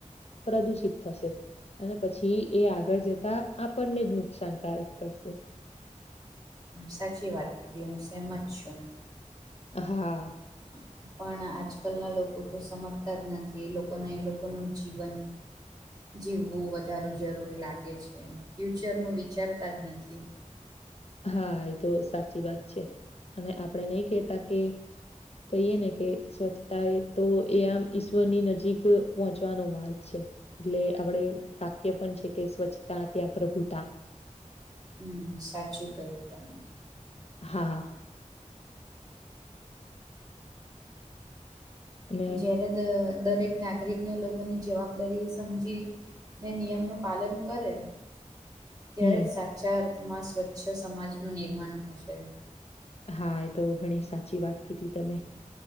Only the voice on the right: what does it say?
સાચી વાત કીધી હું સહેમત છું.
<inaudible> પણ આજકાલના લોકો તો સમજતા જ નથી એ લોકોને એ લોકોનું જીવન જીવવું વધારે જરૂરી લાગે છે ફ્યુચર નું વિચારતા જ નથી.
હમમ. સાચું કહ્યું તમે.
જ્યારે દ દરેક નાગરિકને લોકોની જવાબદારી સમજી ને નિયમનું પાલન કરે
ત્યારે જ સાચા અર્થમાં સ્વચ્છ સમાજનું નિર્માણ થશે.